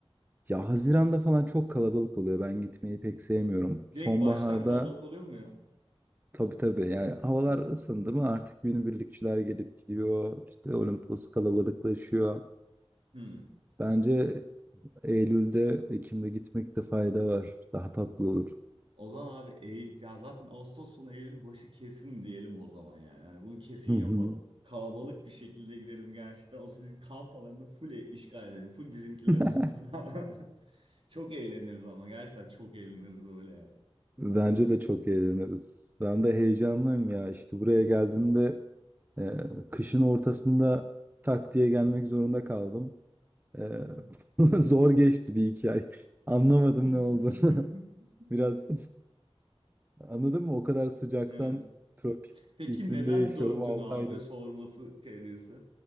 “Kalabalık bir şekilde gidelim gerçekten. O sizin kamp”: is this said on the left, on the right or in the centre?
Right